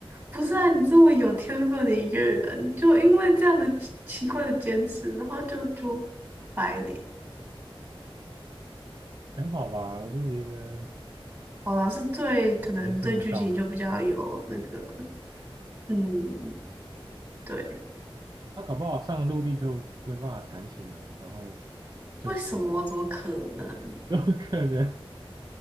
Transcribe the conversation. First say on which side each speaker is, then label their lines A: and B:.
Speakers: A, on the right (about 20°); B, on the right (about 45°).
A: 不是啊，你这么有天分的一个人，就因为这样的奇奇怪的坚持，然后就就白了。
B: 还好吧，我就觉得
A: 好啦，是最可能对剧情就比较有那个，
B: 人生的道路，
A: 嗯，对，
B: 他搞不好上陆地就没办法弹琴了，然后就上。
A: 为什么？怎么可能？
B: <laughs> 有可能